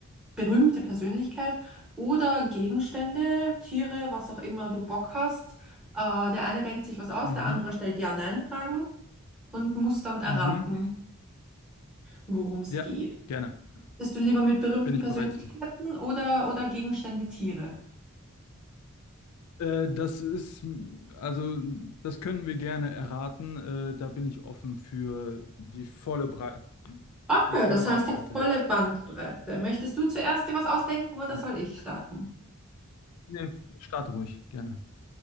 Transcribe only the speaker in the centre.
berühmte Persönlichkeit oder Gegenstände, Tiere, was auch immer du Bock hast. Äh, der eine denkt sich was aus,
der andere stellt Ja-Nein-Fragen und muss dann erraten,
worum es
geht.
Bist du lieber mit berühmten
Persönlichkeiten
oder, oder Gegenstände, Tiere?
Okay,
das
heißt jetzt volle Bandbreite. Möchtest du zuerst dir was ausdenken oder
soll ich starten?